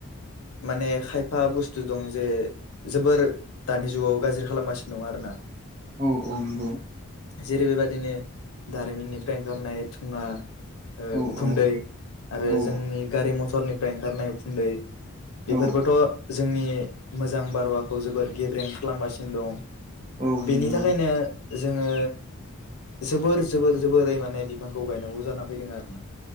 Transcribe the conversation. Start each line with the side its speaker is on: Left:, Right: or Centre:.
Left: माने खायफा बुस्थु दं जे जोबोर दानि जुगाव गाज्रि खालामगासिनो दं आरो ना
Right: औ औ नंगौ
Left: जेरै बेबायादिनो दारिमिननिफ्राय ओंखारनाय दुङा ओ
Right: औ
Left: उखुन्दै
Right: औ
Left: आरो
Right: औ
Left: जोंनि गारि मथरनिफ्राय ओंखारनाय उखुन्दै बेफोरबोथ'
Right: औ
Left: जोंनि मोजां बाराखौ जोबोर गेब्रें खालामगासिनो दं
Right: औ
Left: बेनि
Right: नंगौ
Left: थाखायनो जोङो जोबोर बोरै माने बिफांखौ गायनांगौ जानानै फैदों आरो ना